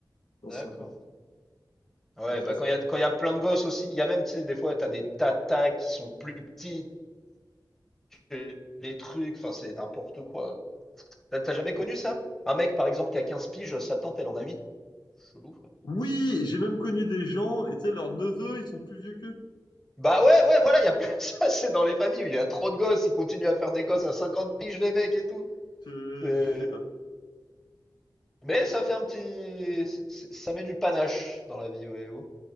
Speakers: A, on the left; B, in the centre.
A: dans
B: d'accord.
A: cinq ans.
B: Ouais,
A: Donc ça,
B: bah
A: c'est-
B: quand il y a, quand il y a plein de gosses aussi, il y a même, tu sais, des fois, t'as des tatas qui sont plus petites que les trucs, enfin, c'est n'importe quoi. T'as t'as jamais connu ça? Un mec, par exemple, qui a 15 piges, sa tante, elle en a huit. Chelou, frère.
A: oui, j'ai même connu des gens et tu sais leurs neveux ils sont plus vieux qu'eux.
B: Bah ouais, ouais, voilà, il y a plein <laughs> ça, c'est dans les familles où il y a trop de gosses, ils continuent à faire des gosses à 50 piges, les mecs et tout.
A: Je,
B: C'est-
A: je,
B: Mais ça fait un petit... c'est- Ça met du panache dans la vie, voyez-vous.